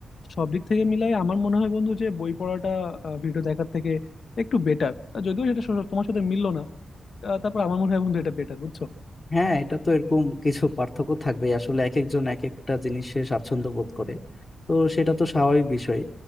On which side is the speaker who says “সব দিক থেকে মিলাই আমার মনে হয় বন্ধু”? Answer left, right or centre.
Left